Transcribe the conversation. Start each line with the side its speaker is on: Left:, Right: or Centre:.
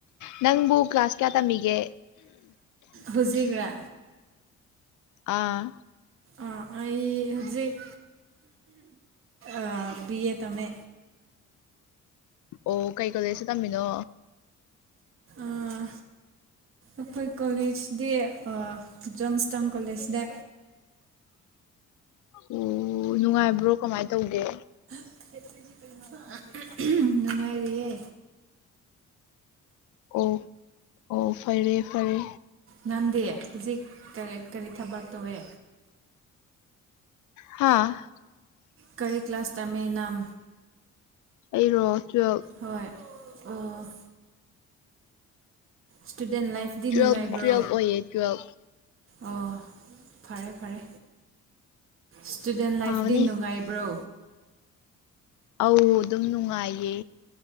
Left: ꯅꯪꯕꯨ ꯀ꯭ꯂꯥꯁ ꯀꯌꯥ ꯇꯝꯃꯤꯒꯦ
Right: ꯍꯨꯖꯤꯛꯔꯥ
Left: ꯑꯥ
Right: ꯑꯥ ꯑꯩ ꯍꯥꯖꯤꯛ ꯑꯥ ꯕꯤ ꯑꯦ ꯇꯝꯃꯦ
Left: ꯑꯣ ꯀꯩ ꯀꯣꯂꯦꯁꯇ ꯇꯝꯃꯤꯅꯣ
Right: ꯑꯥ ꯑꯈꯣꯏ ꯀꯣꯂꯦꯖꯗꯤ ꯑꯥ ꯖꯣꯟꯁꯇꯥꯡ ꯀꯣꯂꯦꯖꯗ
Left: ꯑꯣ ꯅꯨꯡꯉꯥꯏꯕ꯭ꯔꯣ ꯀꯃꯥꯏ ꯇꯧꯒꯦ
Right: <unintelligible> <unintelligible> ꯅꯨꯡꯉꯥꯏꯔꯤꯌꯦ
Left: ꯑꯣ ꯑꯣ ꯐꯔꯦ ꯐꯔꯦ
Right: ꯅꯪꯗꯤ ꯍꯨꯖꯤꯛ ꯀꯔꯤ ꯀꯔꯤ ꯊꯕꯛ ꯇꯧꯋꯦ
Left: ꯍꯥ
Right: ꯀꯔꯤ ꯀ꯭ꯂꯥꯁ ꯇꯝꯃꯦ ꯅꯝ
Left: ꯑꯩꯔꯣ ꯇꯨꯌꯦꯜꯕ
Right: ꯍꯣꯏ ꯑꯣ ꯁ꯭ꯇꯨꯗꯦꯟ ꯂꯥꯏꯐꯗꯤ
Left: ꯇꯨꯋꯦꯜꯕ
Right: ꯅꯨꯡꯉꯥꯏꯕ꯭ꯔꯣ
Left: ꯇꯨꯋꯦꯜꯕ ꯑꯣꯏꯌꯦ ꯇꯨꯋꯦꯜꯕ
Right: ꯑꯣ ꯐꯔꯦ ꯐꯔꯦ ꯁ꯭ꯇꯨꯗꯦꯟ ꯂꯥꯏꯐꯗꯤ
Left: ꯐꯥꯕꯅꯦ
Right: ꯅꯨꯡꯉꯥꯏꯕ꯭ꯔꯣ
Left: ꯑꯧ ꯑꯗꯨꯝ ꯅꯨꯡꯉꯥꯏꯌꯦ